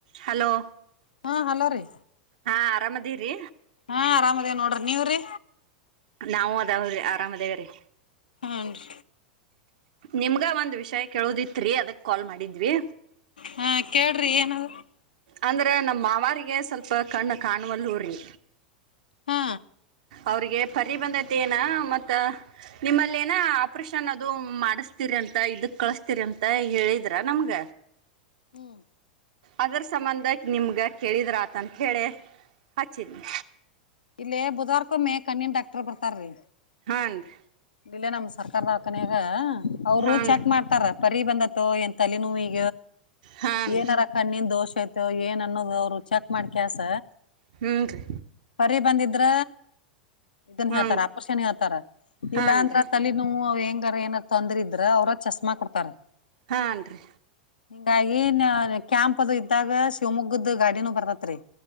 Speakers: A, on the right; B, on the left.
A: Hello
B: ಹಾಂ hello ರೀ
A: ಹಾ ಆರಾಮದಿರಿ
B: ಹಾ ಆರಾಮದೇ ನೋಡ್ರಿ ನೀವ್ರಿ
A: ನಾವು ಅದಾವ್ರಿ ಆರಾಮ್ ಅದವ್ರೀ
B: ಹುನ್ರಿ
A: ನಿಮ್ಗ ಒಂದ್ ವಿಷಯ ಕೇಳುದಿತ್ರಿ ಅದಕ್ ಕಾಲ್ ಮಾಡಿದ್ವಿ.
B: ಹಾ ಕೇಳ್ರಿ ಏನಾದ.
A: ಅಂದ್ರೆ ನಮ್ಮ ಮಾವಾರಿಗೆ ಸ್ವಲ್ಪ ಕಣ್ಣು ಕಾಣುವಲ್ಲೂರಿ.
B: ಹಾ
A: ಅವ್ರಿಗೆ ಪರಿಬಂದ್ತಿ ಏನ ಮತ್ತ ನಿಮ್ಮಲೆನ ಆಪ್ರಷನ್ ಅದುಂ ಮಾಡಿಸ್ತೀರಿ ಅಂತ ಇದಕ್ ಕಳಸ್ತೀರಿ ಅಂತ ಹೇಳಿದ್ರ ನಮ್ಗ.
B: ಹ್ಮ್
A: ಅದರ ಸಂಬಂಧ ನಿಮ್ಗ ಕೇಳಿದ್ರಾತಂತ ಹೇಳಿ ಹಚ್ಚಿನಿ.
B: ಇಲ್ಲೇ ಬುಧವಾರ್ಕೊಮೇ ಕಣ್ಣಿನ್ ಡಾಕ್ಟರ್ ಬರ್ತಾರೀ.
A: ಹಾಂದ್.
B: ಇಲ್ಲೇ ನಮ್ಮ ಸರ್ಕಾರದವ್ಕನ್ಯಾಗ ಅವ್ರು
A: ಹಾನ್
B: ಚೆಕ್ ಮಾಡ್ತಾರ ಪರಿ ಬಂದತ್ತು ಏನ್ ತಲೆ ನೋವಿ. ಏ
A: ಹಾನ್
B: ಏನಾರ ಕಣ್ಣಿನ್ ದೋಷ ತ ಏನ್ ಅನ್ನೋದು ಅವ್ರು ಚೆಕ್ ಮಾಡ್ ಕ್ಯಾಸ.
A: ಹ್ಮ ರಿ
B: ಪರಿ ಬಂದಿದ್ರ ಇದನ್
A: ಹ್ಞೂ
B: ಹೇಳ್ತಾರ ಅಪರ್ಷನ್ ಹೇಳ್ತಾರ ಇಲ್ಲಾಂದ್ರ
A: ಹಾನ್ ರೀ
B: ತಲೆ ನೋವು ಹೆಂಗ್ ರ ಏನ ತೊಂದ್ರಿದ್ರ ಅವ್ರ ಚಸ್ಮಾ ಕೊಡ್ತಾರ.
A: ಹಾ ನ್ರಿ
B: ಹಿಂಗಾಗಿ ಕ್ಯಾಂಪ್ ಅದು ಇದ್ದಾಗ ಶಿವಮೊಗ್ಗದ್ದ ಗಾಡಿನೂ ಬರತತ್ರಿ.